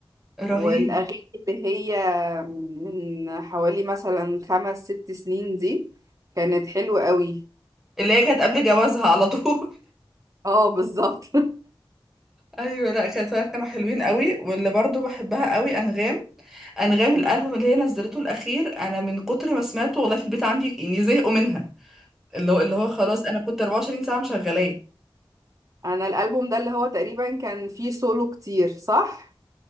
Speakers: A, in the centre; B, on the right.
A: رهيب
B: والأغاني اللي هي من حوالي مثلا خمس ست سنين دي كانت حلوة قوي
A: اللي هي كانت قبل جوازها على طول
B: اه بالظبط <laughs>
A: ايوه لا كانت فعلاً كانوا حلوين قوي واللي برضو بحبها قوي انغام انغام الالبوم
B: مم.
A: اللي هي نزلته الاخير انا من كتر ما سمعته والله في البيت عندي يعني زهقوا منها اللي هو اللي هو خلاص انا كنت 24 ساعه مشغلاه
B: أنا الألبوم ده اللي هو تقريبا كان فيه سولو كتير صح؟